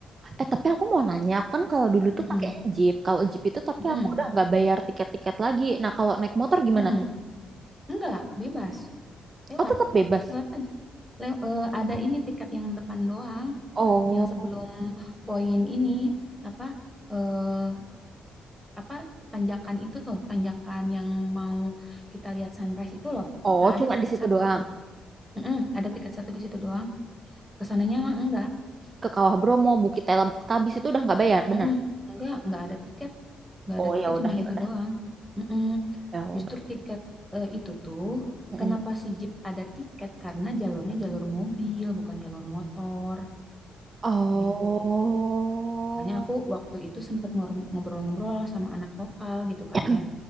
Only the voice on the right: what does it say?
Eh tapi aku mau nanya, aku kan kalau dulu tuh
pakainya Jeep. Kalau Jeep itu tapi
aku udah nggak bayar tiket-tiket lagi. Nah, kalau naik motor gimana
tuh?
Oh, tetap bebas.
Oh.
Oh,
cuma
di situ
doang.
ke Kawah Bromo, Bukit Tabis itu udah nggak bayar, benar?
Oh
ya udah
ya
udah
ya udah.
Mm-mm.
Oh,
<clears throat>